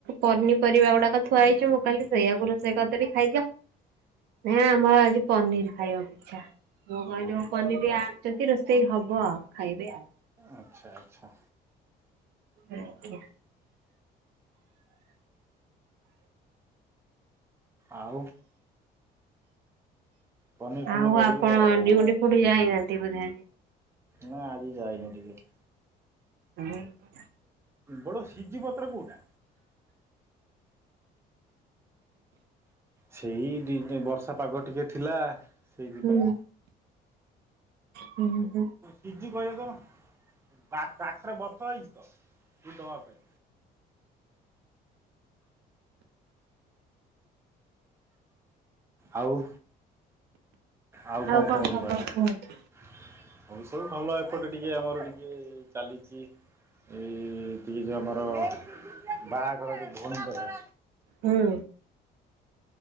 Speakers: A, on the right (about 75°); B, on the right (about 15°).
A: ପନିପରିବା ଗୁଡାକ ଥୁଆ ହେଇଚି, ମୁଁ କହିଲି ସେଇଆକୁ ରୋଷେଇ କରିଦେବି ଖାଇଦିଅ ନା ଆମର ଆଜି ପନିର ଖାଇବାକୁ ଇଛା। ମୁଁ କହିଲି ପନିର ଆଣିଛନ୍ତି ରୋଷେଇ ହବ ଆଉ ଖାଇବେ ଆଉ।
B: ଆଚ୍ଛା ଆଚ୍ଛା।
A: ହଁ ଆଜ୍ଞା।
B: ଆଉ? ପନିର ଫନିର
A: ଆଉ
B: କରିବେ
A: ଆପଣ
B: ଆଉ
A: ଡ୍ୟୁଟି ଫୁଟି ଯାଇନାହାନ୍ତି? ନ୍ତି ବୋଧେ?
B: ନା ଆଜି ଯାଇନି ଟିକେ ।
A: ହଁ ହଁ।
B: ବଡ ସିଜି ପତ୍ର କୋଉଟା? ସେଇ ଦି ଦି ବର୍ଷା ପାଗ ଟିକେ ଥିଲା । ସେଇଥିପାଇଁ
A: ହୁଁ ହୁଁ ହୁଁ
B: ଝିକି କହିବେ ତ ବା କାଖରେ ବଥ ହେଇଚି ତ ଚିରି ଦବା ପାଇଁ। ଆଉ ଆଉ କଁ
A: କଣ
B: କୁହନ୍ତୁ
A: ଖବର
B: ମ୍ୟାଡାମ ଅଏବେ
A: କୁହନ୍ତୁ
B: ସବୁ ଭଲ ଏପଟେ ଟିକେ ଆମର ଟିକେ ଚାଲିଚି ଏଇ ଟିକେ ଯୋଉ ଆମର ବାହାଘର ଯୋଉ ଭୋଉଣୀଙ୍କର
A: ହୁଁ।